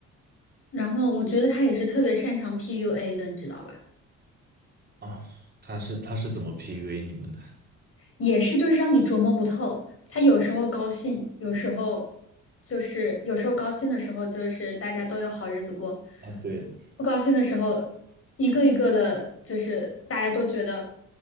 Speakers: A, on the left; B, on the right.
A: 然后我觉得他也是特别擅长 PUA 的，你知道吧？
B: 啊，他是他是怎么 PUA 你们的？
A: 也是就是让你琢磨不透，他有时候高兴，有时候就是有时候高兴的时候就是大家都有好日子过，
B: 啊，对，
A: 不高兴的时候，一个一个的，就是大家都觉得